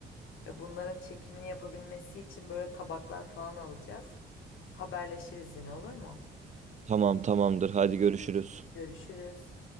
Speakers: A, on the left (about 80°); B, on the right (about 35°).
A: E, bunların çekimini yapabilmesi için böyle tabaklar falan alacağız. Haberleşiriz yine olur mu?
B: Tamam tamamdır. Hadi görüşürüz.
A: Görüşürüz.